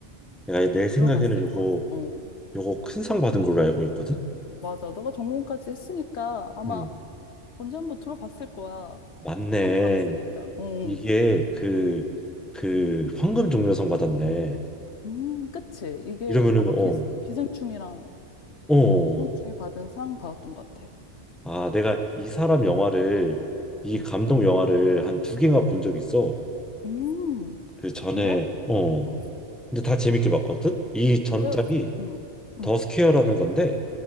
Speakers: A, in the centre; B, on the left.
A: 내가 내 생각에는
B: 들어봤을
A: 요거
B: 거야. 어.
A: 요거 큰 상 받은 걸로 알고 있거든.
B: 맞아. 너가 전공까지 했으니까 아마
A: 음,
B: 언제 한번 들어봤을 거야.
A: 맞네.
B: 상 받았으니까. 응.
A: 이게 그 그 황금 종려상 받았네.
B: 응. 음, 그치. 이게
A: 이러면은
B: 아마
A: 어,
B: 기, 기생충이랑
A: 어, 어,
B: 기생충이
A: 어.
B: 받은 상 받았던 것 같아.
A: 아 내가 이 사람 영화를 이
B: 응.
A: 감독 영화를 한 두 개가 본 적 있어.
B: 음,
A: 그 전에
B: 그래?
A: 어,
B: 어,
A: 근데 다 재밌게 봤거든. 이 전작이
B: 그래. 응, 응.
A: 더 스퀘어라는 건데